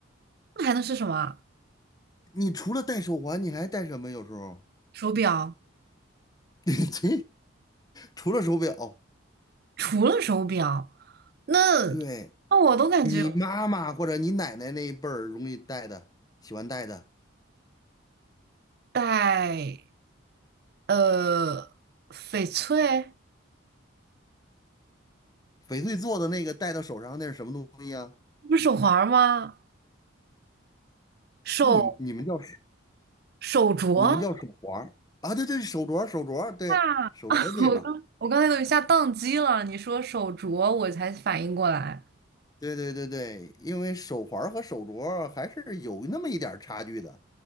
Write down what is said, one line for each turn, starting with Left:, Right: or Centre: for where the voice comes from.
Right: 那还能是什么啊
Left: 你除了戴手环，你还戴什么？有时候，
Right: 手表，
Left: <laughs> 这除了手表，
Right: 除了手表，那
Left: 对
Right: 那我都感觉
Left: 你妈妈或者你奶奶那一辈儿容易戴的，喜欢戴的
Right: 戴呃翡翠
Left: 翡翠做的那个戴到手上那是什么东西呀？
Right: 不是手环吗？手
Left: 啊你你们叫
Right: 手镯。
Left: 你们叫手环儿啊？对对，手镯儿手镯儿对，
Right: 啊，
Left: 手镯儿对了，
Right: <laughs> 我刚我刚才都一下宕机了，你说手镯，我才反应过来。
Left: 对对对对，因为手环儿和手镯儿还是有那么一点儿差距的。